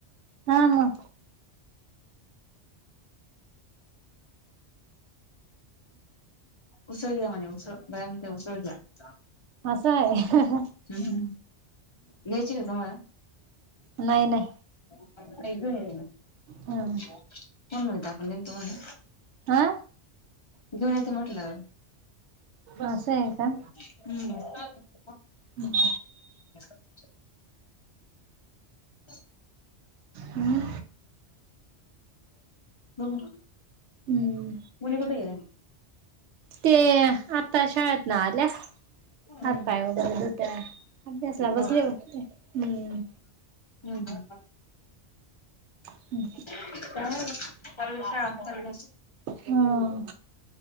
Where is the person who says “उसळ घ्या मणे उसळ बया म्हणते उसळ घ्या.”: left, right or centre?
Left